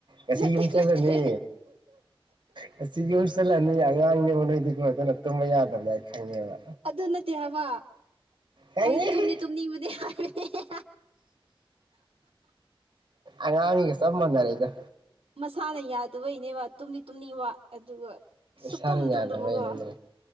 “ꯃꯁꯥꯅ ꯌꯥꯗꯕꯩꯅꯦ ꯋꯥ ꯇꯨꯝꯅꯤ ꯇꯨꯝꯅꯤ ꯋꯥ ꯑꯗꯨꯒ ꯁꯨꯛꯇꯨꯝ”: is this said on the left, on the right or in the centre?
Right